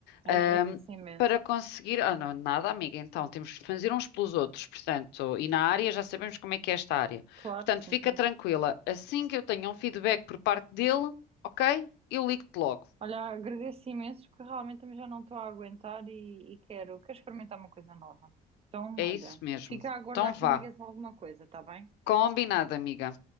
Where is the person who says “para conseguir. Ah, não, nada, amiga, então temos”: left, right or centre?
Left